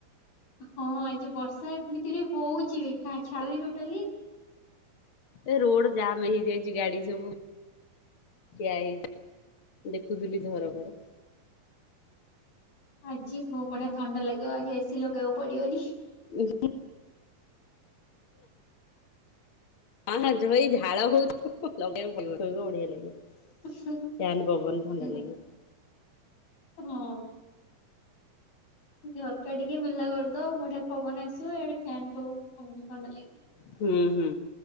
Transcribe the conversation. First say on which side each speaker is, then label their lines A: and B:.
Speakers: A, on the left; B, on the left.
A: ହଁ ଆଜି ବର୍ଷା ଏମିତିରେ ହଉଚି ବି ଛାୁଡୁନି ଟୋଟାଲି।
B: ଏ ରୋଡ ଜାମ୍ ହେଇଯାଇଚି ଗାଡି ସବୁ ଠିଆ ହେଇ, ଦେଖୁଥିଲି ଝରକା ରେ।
A: ଆଜି ବଢିଆ ଥଣ୍ଡା ଲାଗିବ, ଆଜି ଏସି ଲଗେଇବାକୁ ପଡିବନି।
B: <unintelligible> <inaudible> ବଢିଆ ଲାଗିବ।
A: ଉହୁଁ-ହୁଁ-ହୁଁ-ହଁ।
B: ଫ୍ୟାନ ପବନ ଥଣ୍ଡା ଲାଗିବ
A: ଝରକା ଟିକେ ମେଲା କରିଦବ ବଢିଆ ପବନ୍ ଆସିବ, ଇଆଡେ ଫ୍ୟାନ <unintelligible> ଥଣ୍ଡା ଲାଗିବ।
B: ହୁଁ-ହୁଁ